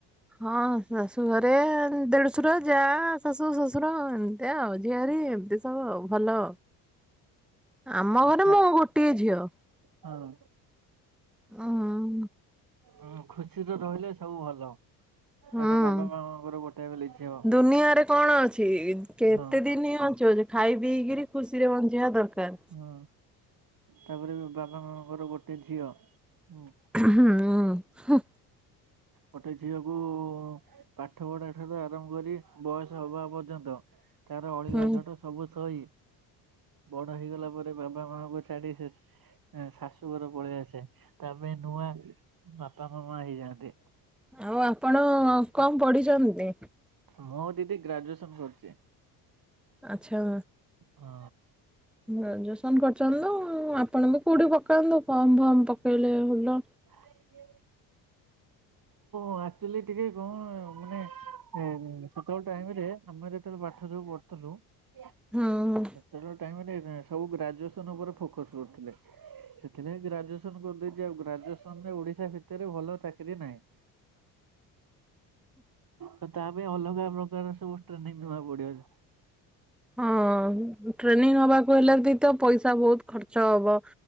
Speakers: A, in the centre; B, on the right (about 50°).
A: ହଁ ଶାଶୁ ଘରେ ଦେଢଶୁର ଯା ଶାଶୁ ଶଶୁର ଏମିତିଆ ଆଉ ଝିଆରୀ ଏମତି ହଁ ଭଲ ଆମ
B: ଆଚ୍ଛା
A: ଘରେ ମୁଁ ଗୋଟିଏ ଝିଅ।
B: ହଁ।
A: ଉଁ
B: ହୁଁ ଖୁସି ତ ରହିଲେ ସବୁ ଭଲ କାହିଁକିନା
A: ହୁଁ
B: ବାବା ମାମାଙ୍କର ଗୋଟାଏ ବୋଲି ଝିଅ।
A: ଦୁନିଆରେ କଣ ଅଛି କେତେ
B: ହଁ
A: ଦିନ ବଞ୍ଚିବ ଯେ ଖାଇ ପିଇକିରି ଖୁସିରେ ବଞ୍ଚିବା ଦରକାର।
B: ହଁ ତାପରେ ବି ବାପା ମାମାଙ୍କର ଗୋଟେ ଝିଅ ହୁଁ।
A: ଉଁ ହୁଁ।
B: ଗୋଟେ ଝିଅକୁ ପାଠ ପଢା ଠାରୁ ଆରମ୍ଭ କରିକି ବୟସ ହବା ପର୍ଯ୍ୟନ୍ତ ତାର ଅଳି
A: ହୁଁ
B: ଅଝଟ ସବୁ ସହି ବଡ ହେଇଗଲା ପରେ ବାବା ମା ପ ଛାଡି ସେ ଏ ଶାଶୁଘର ପଳେଇଆସେ ତା ପାଇଁ ନୂଆ ବାପା ମାମା ହେଇଯାଆନ୍ତି।
A: ଆଉ ଆପଣ କଣ ପଢିଛନ୍ତି?
B: ମୋର ଦିଦି ଗ୍ରାଜୁଏସନ ସରିଚି।
A: ଆଚ୍ଛା।
B: ହଁ।
A: ଗ୍ରାଜୁଏସନ କରିଚନ୍ତି ତ ଆପଣ ବି କୋଉଠି ପକାନ୍ତୁ ଫର୍ମ ଫର୍ମ ପକେଇଲେ ଭଲ।
B: <inaudible>
A: <inaudible>
B: ମୁଁ ଆକ୍ଚୁଲି ଟିକେ କଣ ମାନେ ସେତେବେଳେ ଟାଇମରେ ଆମେ ଯେତେବେଳେ ପାଠ ଯୋଉ ପଢୁଥିଲୁ ୟା
A: ହଁ ହଁ।
B: ସେତେବେଳେ ଟାଇମରେ ସବୁ ଗ୍ରାଜୁଏସନ ଉପରେ ଫୋକସ କରୁଥିଲେ। ସେଥିଲାଗି ଗ୍ରାଜୁଏସନ କରିଦେଇଛି ଆଉ ଗ୍ରାଜୁଏସନ ରେ ଓଡିଶା ଭିତରେ ଭଲ ଚା କିରୀ ନାଇଁ। ତ ତା ପାଇଁ ଅଲଗା ପ୍ରକାର ସବୁ ଟ୍ରେନିଂ ନବାକୁ ପଡିବ।
A: ହଁ ଟ୍ରେନିଂ ନବାକୁ ହେଲେ ବି ତ ପଇସା ବହୁତ ଖର୍ଚ୍ଚ ହବ।